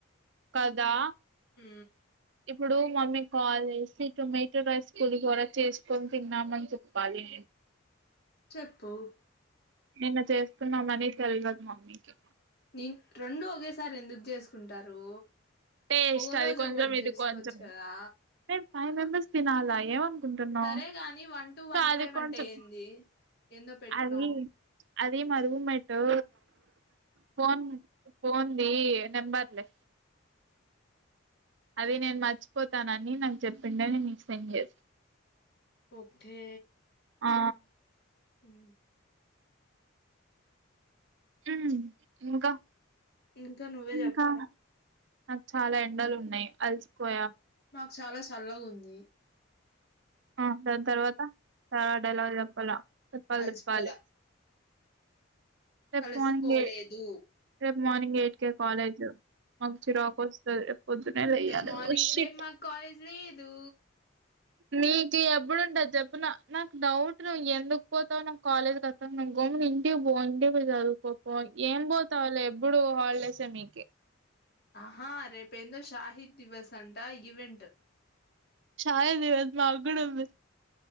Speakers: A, on the right; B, on the left.
A: కదా
B: ఊ
A: ఇప్పుడు మమ్మీ కాల్ చేేసి టొమాటో రైస్ పులిహోర చేసుకొని తిన్నామని చెప్పాలి.
B: చెప్పు
A: నిన్న చేస్తున్నామని తెల్వదు మమ్మీకి
B: నీ రెండు ఒకేసారి ఎందుకు చేసుకుంటారు
A: టేస్ట్
B: ఒగో
A: అది
B: రోజు
A: కొంచెం
B: ఒకటి
A: ఇది
B: చేసుకోవచ్చు
A: కొంచెం
B: కదా
A: నేను ఫైవ్ మెంబర్స్ తినాలా ఏమనుకుంటున్నావ్
B: సరే గాని వన్ టూ
A: సో
B: వన్
A: అది
B: ఫైవ్
A: కొంచెం
B: అంటే ఏంది ఏందో పెట్టినావ్
A: అది అది మా రూమ్ మెట్టు ఫోన్ ఫోన్ ది నెంబర్లే అదే నేను మ మర్చిపోతానని నాకు చెప్పిండ నేను నీకు సెండ్ చేసా
B: ఓకే
A: ఆ
B: ఉ
A: ఉ ఇంకా
B: ఇంకా నువ్వే చెప్పాల
A: ఇంకా నాకు చాలా ఎండలు ఉన్నాయి అలసిపోయా
B: మాకు చాలా సల్లగా ఉంది
A: ఆ దాని తర్వాత ఎలా చెప్పలా చెప్పాలి
B: అలసిపోల
A: చెప్పాలి రేపు
B: అలసిపోలేదు
A: మార్నింగ్ ఏ రేపు మార్నింగ్ ఎయిట్ కే కాలేజు మాకు చిరాకు వస్తది పొద్దునే లేయ్యాలి
B: రేపు మార్నింగ్
A: వో షట్
B: రేపు మాకు కాలేజ్ లేదు
A: మీకి ఎప్పుడుంటది చెప్పు నా నాకు డౌట్ నువ్వు ఎందుకు పోతావో నాకు కాలేజ్ కి అర్థం కాదు గమ్మున ఇంటికి పో ఇంటికి పొయ్యి చదువుకోపో ఏం పోతావ్ లే ఎప్పుడు హాలిడేసే మీకీ
B: ఆహా రేపు ఏందో షాహిద్ దివస్ అంట ఈవెంట్
A: షాహిద్ దివస్ మాగ్గూడ్ వుంది